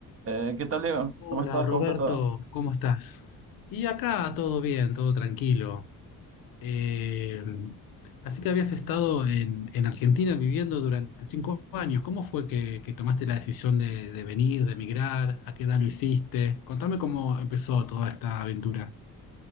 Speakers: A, on the right; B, on the left.
A: Eh, ¿qué tal, Diego?
B: Hola
A: ¿Cómo estás?
B: Roberto,
A: ¿Cómo está todo?
B: ¿cómo estás? Y acá todo bien, todo tranquilo. Eh, así que habías estado en, en Argentina viviendo durante cinco años. ¿Cómo fue que, que tomaste la decisión de, de venir, de emigrar? ¿A qué edad lo hiciste? Contame cómo empezó toda esta aventura.